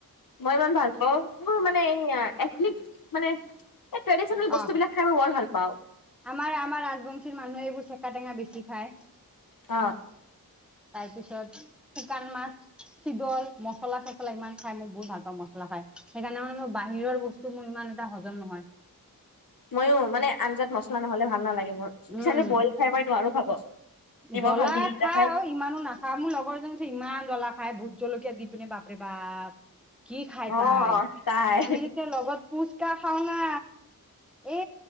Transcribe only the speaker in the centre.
অ
আমাৰ আমাৰ ৰাজবংশীৰ মানুহে এইবোৰ চেকা টেঙা বেছি খায়।
তাৰপিছত শুকান মাছ শিডল, মছলা- চচলা ইমান খাই মই বহুত ভাল পাওঁ মছলা খাই সেইকাৰণে মানে মই বাহিৰৰ বস টো মোৰ ইমান এটা হজম নহয়।
উম
জ্বলা
খাওঁ
ইমানো না খা মোৰ লগৰ এজনী আছে ইমান জ্বলা খাই ভোট জলকীয়া দি পিনে বাপৰে বাপ! কি খাই
তাই,
আমি যেতিয়া লগত ফুচকা খাওঁ না, এ